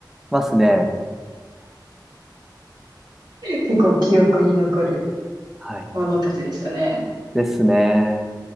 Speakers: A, in the centre; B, on the right.
A: ますね。
B: 結構記憶に残る
A: はい。
B: ものたちでしたね。
A: ですね。